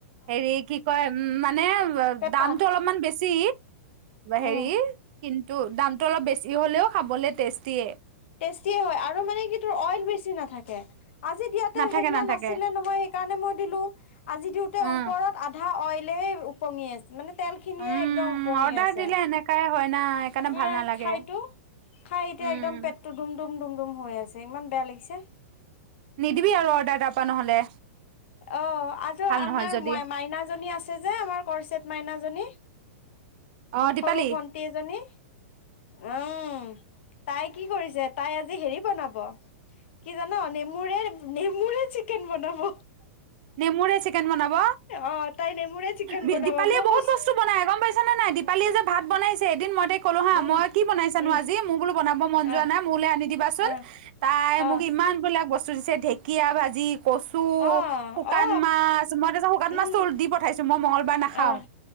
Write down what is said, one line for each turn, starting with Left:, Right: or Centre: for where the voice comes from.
Right: হেৰি কি কয় উম মানে
Left: পেপা
Right: দামটো অলপ মান বেছি
Left: উম,
Right: হেৰি কিন্তু দামটো অলপ বেছি ই হ'লেও খাবলে টেষ্টিয়ে
Left: টেষ্টিয়ে হয় আৰু মানে কি তোৰ অইল বেছি নাথাকে আজি দিয়াতে
Right: নাথাকে
Left: সেইদিনা
Right: নাথাকে
Left: নাছিলে নহয় সেইকাৰণে মই দিলো আজি দিওঁতে
Right: উম
Left: ওপৰত আধা অইল প্লে উপঙি আছে মানে তেল খিনিয়ে
Right: উম
Left: একদম উপঙি
Right: অৰ্ডাৰ
Left: আছে
Right: দিলে এনেকাই হয় না সেইকাৰণে ভাল
Left: এ
Right: নালাগে
Left: খাইতো খাই এতিয়া
Right: উম
Left: একদম পেটটো ধুম ডুম ডুম ডুম হৈ আছে ইমান বেয়া লাগিছে
Right: নিদিবি আৰু অৰ্ডাৰ তা পা নহ'লে
Left: অ আজ
Right: ভাল
Left: আমাৰ
Right: নহয় যদি
Left: মা মাইনাজনি আছে যে আমাৰ কেচেত মা মাইনাজনি
Right: অ দীপালি
Left: সৰু ভন্টি এজনী উম তাই কি কৰিছে তাই আজি হেৰি বনাব কি জান নেমুৰে নেমুৰে চিকেন বনাব
Right: নেমুৰে চিকেন বনাব
Left: অ তাই নেমুৰে চিকেন
Right: দি
Left: বনাব
Right: দিপালীয়ে
Left: মই
Right: বহুত
Left: কৈছো
Right: বস্তু বনাই গম পাইছা নে নাই দীপ দিপালীয়ে যে ভাত বনাইছে এদিন মই তাইক কলো হা
Left: উম
Right: মই কি বনাই চা
Left: উম
Right: নো আজি মোৰ বোলো বনাব মন যোৱা
Left: আহ
Right: নাই মোলে আনি দিবাচোন
Left: আহ
Right: তাই
Left: আহ
Right: মোক ইমান বিলাক বস্তু বস্তু দিছে ঢেকীয়া ভাজি কচু
Left: অ
Right: শুকান
Left: অ
Right: মাছ মই তা--ছত শুকান
Left: উম
Right: মাছ দি পঠাইছো মই মঙ্গলবাৰ নাখাও
Left: আহ